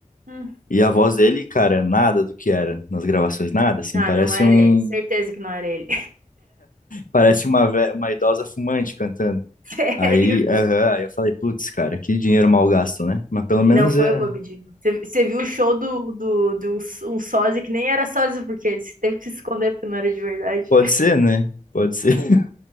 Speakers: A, on the right; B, on the left.
A: Hum.
B: E a voz dele, cara, nada do que era nas gravações, nada, assim,
A: Ah,
B: parece
A: não era
B: um,
A: ele. Certeza que não era ele.
B: parece uma, ve- uma idosa fumante cantando.
A: <laughs>
B: Aí,
A: Sério?
B: aham, aí eu falei, putz, cara, que dinheiro mal gasto, né? Mas pelo menos
A: Não foi
B: é,
A: o Bob Dylan. Você você viu o show do, do, de um, s- um sósia que nem era sósia, porque ele se- teve que se esconder porque não era de verdade.
B: pode ser, né? Pode ser. <laughs>